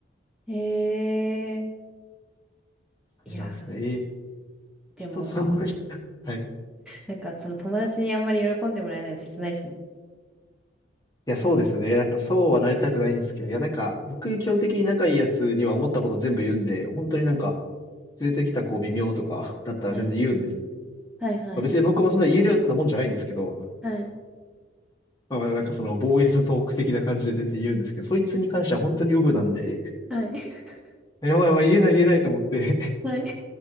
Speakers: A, in the centre; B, on the left.
A: へえ。
B: 感じなんですよね。
A: いや
B: えー
A: でも、
B: 人それぞれ、<laughs> はい
A: なんかその友達にあんまり喜んでもらえないの切ないですね。
B: いや、そうですよね。なんかそうはなりたくないんですけど、いや、なんか僕基本的に仲いいやつには思ったこと全部言うんで、本当になんか連れてきた子微妙とか <laughs> だったら全然言うんです。
A: はい。はいはい。
B: まあ、別に僕もそんな言えるようなもんじゃないんですけど、
A: はい。
B: まあ、まあなんかそのボーイズトーク的な感じで全然言うんですけど、そいつに関しては本当にウブなんで、
A: はい。<laughs>
B: やばいやばい言えない言えないと思って、
A: はい。